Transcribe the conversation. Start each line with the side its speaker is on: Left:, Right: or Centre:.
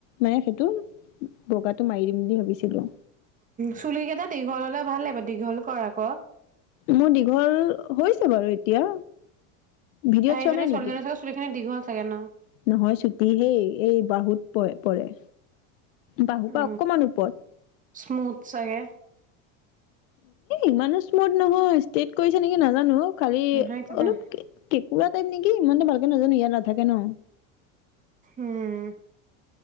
Left: মানে সেইটো বগাটো মাৰি দিব বুলি ভাবিছিলো
Right: চুলি কেইটা দীঘল হলে ভাল লাগিব দীঘল কৰ আকৌ
Left: মোৰ দীঘল হৈছে বাৰু এতিয়া ভিডিঅ'ত
Right: দাইজনী
Left: চোৱা নাই
Right: ছোৱালিজনী
Left: নেকি
Right: চাগে চুলিখিনি দীঘল তাকে ন
Left: নহয় ছুটি হেই এই বাহুত প পৰে বাহুৰ
Right: উ
Left: পৰা অকমান ওপৰত
Right: স্মুথ চাগে
Left: ইমানো স্মুথ নহয় ষ্টেট কৰিছে নেকি নাজানো খালি
Right: নহয় জানো?
Left: অলপকেকুৰা টাইপ নেকি কি ইমানটো ভালকে নাজানো ইয়াত নাথাকে ন
Right: উম